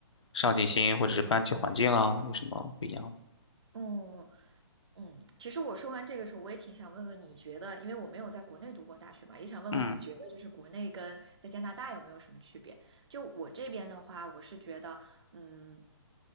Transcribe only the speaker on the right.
嗯嗯，其实我说完这个时候，我也挺想问问你觉得，因为我没有在国内读过大学嘛，也想问问你觉得，
就是国内跟在加拿大有没有什么区别？就我这边的话，我是觉得，嗯，